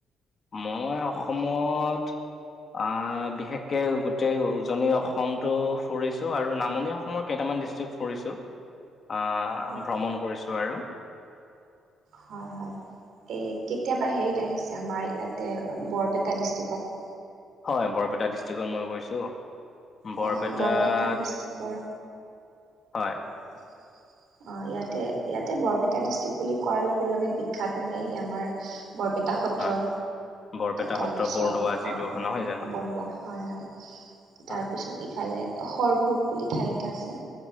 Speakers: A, on the left; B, on the right.
A: মই অসমত। আ বিশেষকে গোটেই উজনি অসমটো ফুৰিছোঁ আৰু নামনি অস মই কেইটামান ডিষ্ট্ৰিক ফুৰিছোঁ, আ',
B: হয়
A: ভ্ৰমণ কৰিছোঁ আৰু।
B: হয়, হয় এই কেতিয়াবা হেৰিত আহিছা, আমাৰ ইয়াতে বৰপেটা ডিষ্ট্ৰিকত।
A: হয়, বৰপেটা ডিষ্ট্ৰিকত মই গৈছোঁ।
B: অ
A: বৰপেটাত
B: বৰপেটা ডিষ্ট্ৰিকৰ
A: হয়।
B: <inaudible> অ', ইয়াতে, ইয়াতে বৰপেটা ডিষ্ট্ৰিকট বুলি কোৱাৰ লগে লগে বিখ্যাত মানে সেই আমাৰ বৰপেটা সত্ৰ
A: হয় বৰপেটা
B: তাৰপিছত
A: সত্ৰ বৰদোৱা যিটো
B: অ', অ', <unintelligible>
A: নহয় জানো
B: হয়, হয়
A: হয়
B: তাৰপিছত ইফালে সৰভোগ বুলি ঠাই এটা আছে।